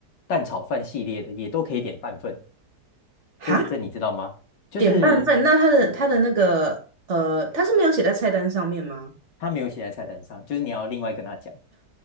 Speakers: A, on the left; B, on the right.
A: 蛋炒饭系列的也都可以点半份，
B: 哈，
A: 这这你知道吗？就是。
B: 点半份，那他的他的那个呃，他是没有写在菜单上面吗？
A: 他没有写在菜单上，就是你要另外跟他讲。